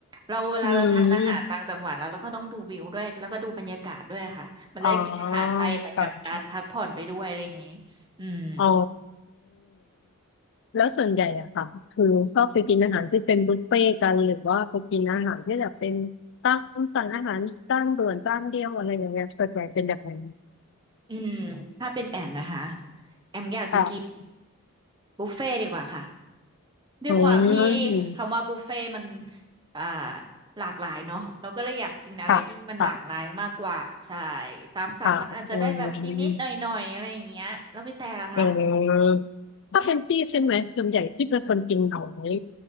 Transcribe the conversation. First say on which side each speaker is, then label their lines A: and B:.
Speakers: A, on the right; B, on the left.
A: เราเวลาเราทานอาหารต่างจังหวัดแล้วเราก็ต้องดูวิวด้วยแล้วก็ดูบรรยากาศด้วยค่ะมันจะได้กินอาหารไปเหมือนกับการพักผ่อนไปด้วยอะไรอย่างงี้
B: อืมอ๋อค่ะ
A: อืม
B: อ๋อแล้วส่วนใหญ่อะค่ะคือชอบไปกินอาหารที่เป็นบุฟเฟ่ต์กันหรือว่าไปกินอาหารที่แบบเป็นตามสั่งอาหารจานด่วนจานเดียวอะไรอย่างเงี้ยส่วนใหญ่เป็นแบบนั้น
A: อืมถ้าเป็นแอมนะคะแอมอยากจะกิน
B: ค่ะ
A: บุฟเฟ่ดีกว่าค่ะ ด้วยความที่
B: อืม
A: คำว่าบุฟเฟ่ต์มันอ่าหลากหลายเนาะเราก็เลยอยากกินอะไรที่มันหลากหลายมากกว่า
B: ค่ะค่ะ
A: ใช่ตามสั่งมันอาจจะได้แบบนิดๆหน่อยๆอะไรอย่างเงี้ยแล้วพี่แต่ล่ะคะ
B: ค่ะเออเออถ้าเป็นพี่ใช่ไหมส่วนใหญ่ที่เป็นคนกินน้อย